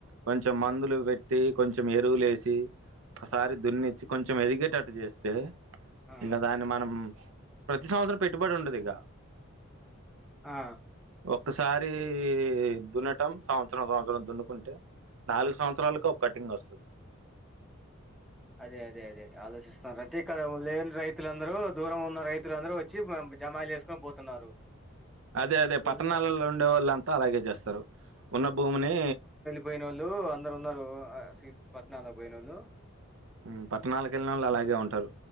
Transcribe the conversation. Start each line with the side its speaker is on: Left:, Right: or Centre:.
Right: కొంచెం మందులు పెట్టి కొంచెం ఎరువులేసి ఒకసారి
Centre: ఆ
Right: దున్నిచ్చి కొంచెం ఎదిగేటట్టు చేస్తే
Centre: ఆ
Right: ఇంగ దాన్ని మనం ప్రతి సంవత్సరం పెట్టుబడి ఉండదు ఇగ
Centre: ఆ
Right: ఒక్కసారి దున్నటం సంవత్సరం సంవత్సరం దున్నుకుంటే నాలుగు సంవత్సరాలకు ఒక కటింగ్ వస్తది
Centre: అదే అదే అదే ఆలోచిస్తున్నారు అంటే ఇక్కడ లేన్ రైతులందరూ దూరం ఉన్న రైతులందరూ వచ్చి జమాలు చేసు ఇంక పోతున్నారు
Right: అదే అదే
Centre: పిల్
Right: పట్టణాలలో ఉండే వాళ్ళంతా అలాగే చేస్తారు ఉన్న భూమిని
Centre: పోయినోళ్ళు అందరు ఉన్నారు పట్నలో పోయినోళ్ళు
Right: ఊ పట్టణాలకెళ్ళినోళ్ళు అలాగే ఉంటారు